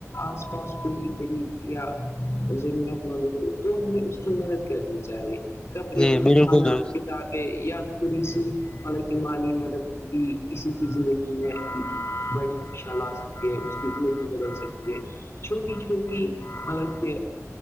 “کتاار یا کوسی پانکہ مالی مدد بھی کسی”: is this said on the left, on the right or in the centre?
Left